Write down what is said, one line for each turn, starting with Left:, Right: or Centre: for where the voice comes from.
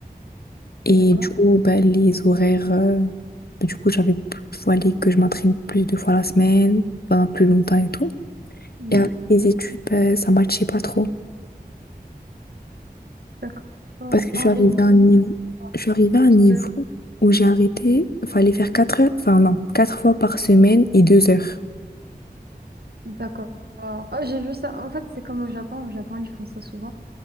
Left: Et
Right: D'accord.
Left: du coup, bah, les horaires, euh, du coup, j'avais, fallait que je m'entraîne plus de fois la semaine, pendant plus longtemps et tout.
Right: Mhm.
Left: Et avec les études, bah, ça matchait pas trop.
Right: D'accord.
Left: Parce que je
Right: Ah
Left: suis arrivée
Right: oui, oui,
Left: à
Right: c'est
Left: un niveau,
Right: vrai.
Left: je suis arrivée à un
Right: Parce
Left: niveau
Right: que-
Left: où j'ai arrêté, fallait faire quatre heures, enfin non, quatre fois par semaine et deux heures.
Right: D'accord. Ah, j'ai vu ça. En fait, c'est comme au Japon. Au Japon, ils font ça souvent.